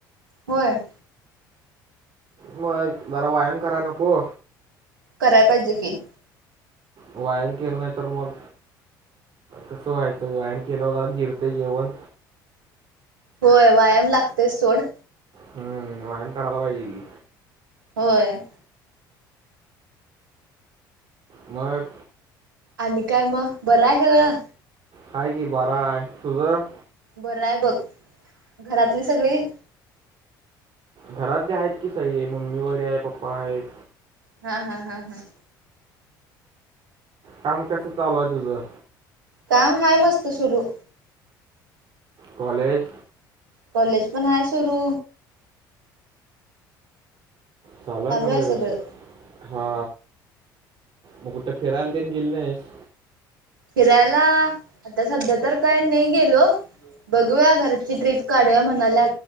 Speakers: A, on the right; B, on the right.
A: होय.
B: मग, जरा वायाम कराय नको.
A: कराय पाहिजे की.
B: व्यायाम केला नाही तर मग,, कसं व्हायचं, व्यायाम केल्यावर जरा जिरतय जेवण.
A: होय, व्यायाम लागतयस सोड.
B: हम्म, वायम करायला पाहिजे कि.
A: होय.
B: मग.
A: आणि काय मग,, बरं आय सगळं?
B: हाय की बराय,, तुझं?
A: बरं आय बघ,, घरातली सगळी
B: घरातली हैत की सगळी, मम्मी बरी हाय पप्पा हैत.
A: हा हा हा हा.
B: कम कस चालू हाय तुझं
A: काम हाय मस्त सुरू.
B: कॉलेज
A: कॉलेज पण हाय सुरू
B: चालू हाय नव्ह
A: आहे
B: व्यवस्थित
A: सगळं
B: हा म कुठं फिरायला तेन गेली नाहीस.
A: फिरायला आता सध्या तर काय नाही गेलो. बघूया घरची ट्रिप काढूया म्हणाल्या.